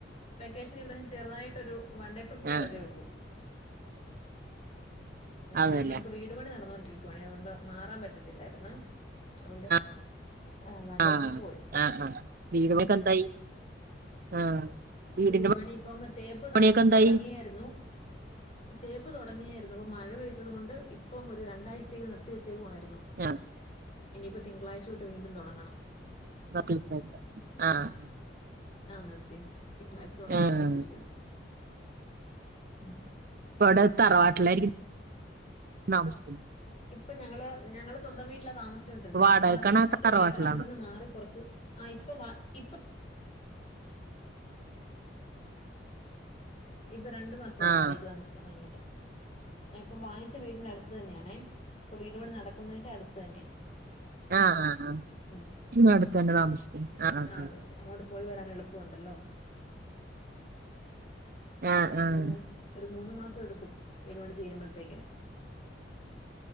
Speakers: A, on the left; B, on the right.
A: വെക്കേഷൻ ഇവിടെന്ന്‌ ചെറുതായിട്ടൊരു വൺഡേ ടിപ്പ് പോയതേ
B: ആഹ്
A: ഉള്ളൂ ഉം,
B: അതല്ലേ
A: ഇവിടെ നമുക്ക് വീട് പണി നടന്നുകൊണ്ടിരിക്കുവാണേ അതുകൊണ്ട് മാറാൻ പറ്റത്തില്ലായിരുന്നു. അതുകൊണ്ട്
B: ആഹ്
A: ആ വൺ
B: ആഹ്
A: ഡേ ട്രിപ്പ് പോയി
B: ആ വീടു പണി ഒക്കെ എന്തായി? ആഹ് വീടിന്റെ
A: വീടു പണി ഇപ്പൊ അ തേപ്പ്
B: പണിയൊക്കെ എന്തായി
A: തുടങ്ങിയായിരുന്നു തേപ്പ് തുടങ്ങിയായിരുന്നു പ്പ മഴ പെയ്തത് കൊണ്ട് ഇപ്പം ഒരു രണ്ടാഴ്ചത്തേക്ക് നിർത്തിവച്ചേക്കുവായിരുന്നു
B: <unintelligible>
A: ഇനിയിപ്പ തിളാഴ്ച തൊട്ട് വീണ്ടും തുടങ്ങണം
B: ന്ന പിന്നെ ആക്ക ആഹ്
A: ആഹ് നിർത്തി തിങ്കളാഴ്ച തുടങ്ങണംന്ന്
B: ആഹ്
A: ഓർത്തിരിക്കുന്നു. ഉം
B: ഇവിടെ തറവാട്ടിലായിരിക്ക താമസം
A: ഇപ്പൊ ഞങ്ങള് ഞങ്ങള് സ്വന്തം വീട്ടിലാ താമസിച്ചുകൊണ്ടിരുന്നേ
B: വാടകക്കാണോ
A: ഞങ്ങളത് വിറ്റിട്ട്
B: തറവാട്ടിലാണോ
A: വേറെ അവിടുന്ന് മാറി കുറച്ച് ആ ഇപ്പൊ വ ഇപ്പൊ ഇപ്പൊ രണ്ടു മാസമായി
B: ആഹ്
A: വാടകക്ക് താമസിക്കാൻ തുടങ്ങിട്ട് ആ ഇപ്പം വാങ്ങിച്ച വീടിന്റെ അടുത്ത് തന്നെയാണേ ഇപ്പൊ വീടുപണി നടക്കുന്നതിന്റെ അടുത്ത് തന്നെയാ
B: ആഹ് ആഹ് ആഹ്
A: ഉം
B: നടുത്ത് തന്നെ താമസിക്കണെ ആഹ് ആഹ്
A: ആ
B: ആഹ്
A: അതെ അതെ അങ്ങോട്ട് പോയി വരാൻ എളുപ്പമുണ്ടല്ലോ
B: ആഹ്
A: ആ
B: ആഹ് ആഹ്
A: ഒരു മൂ ഒരു മൂന്ന് മാസം എടുക്കും വീടുപണി തീരുമ്പോഴത്തേക്കിന്